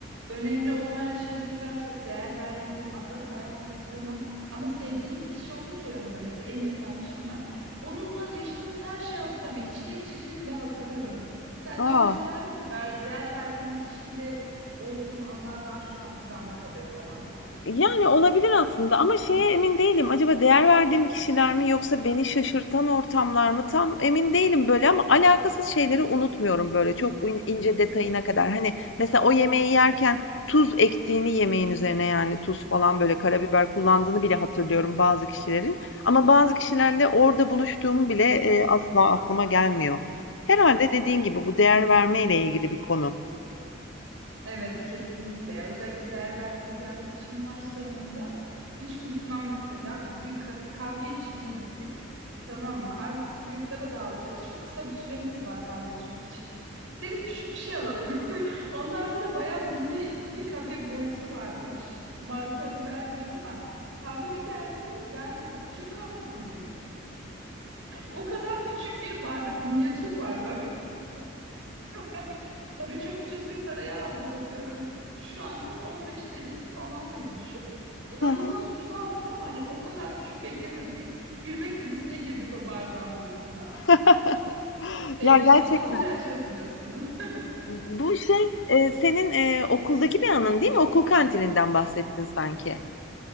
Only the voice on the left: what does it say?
Aa.
Yani, olabilir aslında ama şeye emin değilim, acaba değer verdiğim kişiler mi yoksa beni şaşırtan ortamlar mı? Tam emin değilim, böyle, ama alakasız şeyleri unutmuyorum, böyle, çok in ince detayına kadar. Hani, mesela o yemeği yerken tuz ektiğini yemeğin üzerine, yani, tuz falan, böyle, karabiber kullandığını bile hatırlıyorum bazı kişilerin ama bazı kişilerle orada buluştuğum bile, eee, asla aklıma gelmiyor. Herhalde dediğin gibi bu değer vermeyle ilgili bir konu.
hı.
<laughs>
Ya gerçekten.
Bu şey e, senin e, okuldaki bir anın değil mi? Okul kantininden bahsettin sanki.